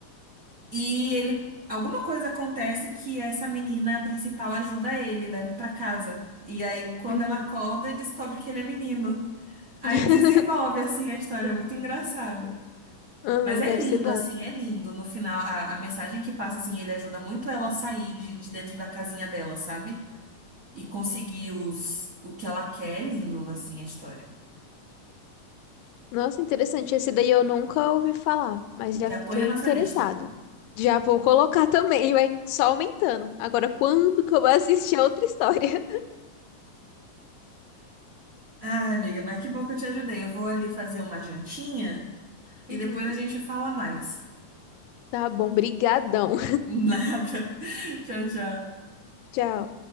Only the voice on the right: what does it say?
E ele, alguma coisa acontece que essa menina principal ajuda ele, leva pra casa. E aí, quando
ela acorda, ele descobre que ele é menino. Aí
desenvolve, assim, a história, é muito engraçada.
Mas é
lindo,
assim, é lindo. No final, a, a mensagem que passa, assim, ele ajuda muito ela a sair de, de dentro da casinha dela, sabe? E conseguir os, o que ela quer. É lindo, assim, a história.
Já
põe a nossa
lista.
Ah, amiga, mas que bom que eu te ajudei. Eu vou ali fazer uma jantinha e
depois a gente fala mais.
<laughs> Nada. Tchau, tchau.